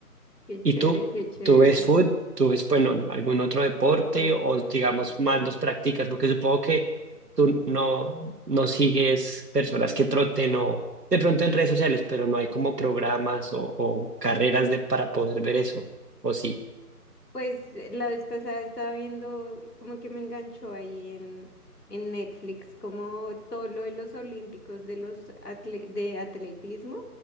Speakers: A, on the left; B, on the right.
A: Qué
B: ¿Y
A: chévere,
B: tú?
A: qué chévere.
B: ¿Tú ves fútbol? ¿Tú ves, bueno, algún otro deporte
A: Pues,
B: o digamos más los practicas? Porque supongo que tú no, no sigues personas que troten o de pronto en redes sociales, pero no hay como programas o, o carreras de, para poder ver eso. O sí,
A: pues eh, la vez pasada estaba viendo y como que me enganchó ahí en, en Netflix, como todo lo de los olímpicos de los atle- de atletismo